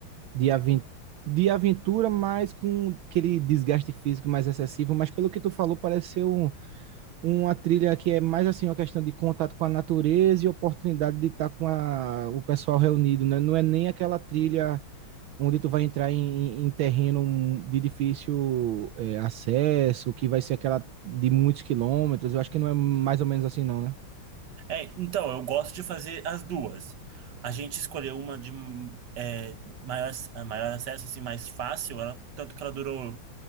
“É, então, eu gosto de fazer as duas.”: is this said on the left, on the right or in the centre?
Right